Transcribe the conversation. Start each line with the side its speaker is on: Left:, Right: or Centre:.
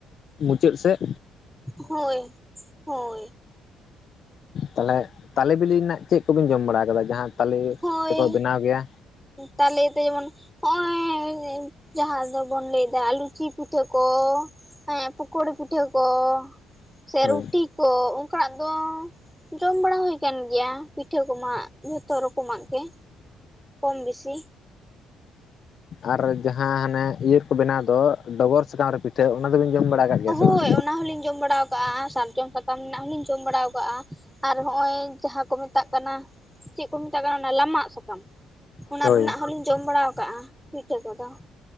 Left: ᱪᱟᱹᱜ ᱥᱮᱜ
Centre: ᱦᱳᱭ ᱦᱳᱭ ᱾
Left: ᱛᱟᱞᱦᱮᱜ ᱛᱟᱞᱮ ᱵᱤᱞᱤ ᱱᱟᱜ ᱪᱮᱜ ᱠᱚᱵᱤᱱ ᱡᱚᱢ ᱵᱟᱲᱟ ᱠᱟᱫᱟ, ᱡᱟᱦᱟᱸ ᱛᱟᱞᱮ
Centre: ᱦᱳᱭ
Left: ᱛᱮᱠᱚ ᱵᱮᱱᱟᱣ ᱜᱮᱭᱟ?
Centre: ᱛᱟᱞᱮ ᱛᱮ ᱡᱮᱢᱚᱱ ᱦᱚᱜ ᱚᱭ ᱡᱟᱦᱟᱸ ᱫᱚᱵᱚᱱ ᱞᱮᱭᱫᱟ ᱟᱞᱩ ᱪᱤᱯ ᱯᱤᱴᱷᱟᱹ ᱠᱚ ᱾ ᱮᱸ ᱯᱳᱠᱳᱲᱤ ᱯᱤᱴᱷᱟᱹ ᱠᱚ ᱾ ᱥᱮ
Left: ᱦᱳᱭ
Centre: ᱨᱩᱴᱤ ᱠᱚ, ᱚᱝᱠᱟᱱᱟᱜ ᱫᱚ, ᱡᱚᱢ ᱵᱟᱲᱟ ᱦᱳᱭ ᱠᱟᱱ ᱜᱮᱭᱟ ᱯᱤᱴᱼᱼ ᱴᱷᱟᱹ ᱠᱚᱢᱟ ᱡᱷᱚᱛᱚ ᱨᱚᱠᱚᱢᱟᱜ ᱜᱮ ᱠᱚᱢ ᱵᱤᱥᱤ
Left: ᱟᱨ ᱡᱟᱦᱟᱸ ᱦᱟᱱᱮ ᱤᱭᱟᱹ ᱨᱮᱠᱚ ᱵᱮᱱᱟᱣ ᱟᱨ ᱟᱨ ᱡᱟᱸᱦᱟ ᱦᱟᱱᱮ ᱤᱭᱟᱹ ᱨᱮᱠᱚ ᱵᱮᱱᱟᱣ ᱫᱚ, ᱰᱚᱜᱚᱨ ᱥᱟᱠᱟᱢ ᱨᱮ ᱯᱤᱴᱷᱟᱹ ᱚᱱᱟ ᱫᱚᱵᱤᱱ ᱡᱚᱢ ᱵᱟᱲᱟ ᱠᱟᱫ
Centre: ᱦᱳᱭ
Left: ᱜᱮᱭᱟ ᱥᱮ ᱵᱟᱝ?
Centre: ᱚᱱᱟ ᱦᱚᱸᱞᱤᱧ ᱡᱚᱢ ᱵᱟᱲᱟ ᱠᱟᱜᱼᱟ, ᱥᱟᱨᱡᱚᱢ ᱥᱟᱠᱟᱢ ᱨᱮᱱᱟᱜ ᱦᱚᱞᱤᱧ ᱡᱚᱢ ᱵᱟᱲᱟ ᱠᱟᱜᱼᱟ ᱾ ᱟᱨ ᱦᱚᱸᱜᱼᱚᱭ ᱡᱟᱦᱟᱸ ᱠᱚ ᱢᱮᱛᱟᱜ ᱠᱟᱱᱟ ᱪᱮᱫ ᱠᱚ ᱢᱮᱛᱟᱜ ᱠᱟᱱᱟ ᱚᱱᱟ ᱞᱟᱢᱟᱜ ᱥᱟᱠᱟᱢ ᱚᱱᱟ
Left: ᱦᱳᱭ
Centre: ᱨᱮᱱᱟᱜ ᱦᱚᱞᱤᱧ ᱡᱚᱢ ᱵᱟᱲᱟ ᱠᱟᱜᱼᱟ ᱯᱤᱴᱷᱟᱹ ᱠᱚᱫᱚ ᱾